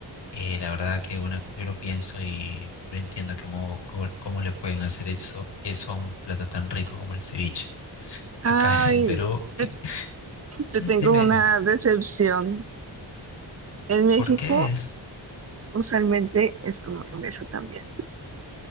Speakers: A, on the left; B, on the right.
A: Eh, la verdad que bueno, yo lo pienso y no entiendo cómo, cómo, cómo le pueden hacer eso, eso a un plato tan rico como el ceviche.
B: Ay,
A: Acá en el Perú, eh,
B: te, te
A: mm,
B: tengo
A: dime,
B: una
A: dime,
B: decepción. En México
A: ¿por qué?
B: usualmente es con mayonesa también.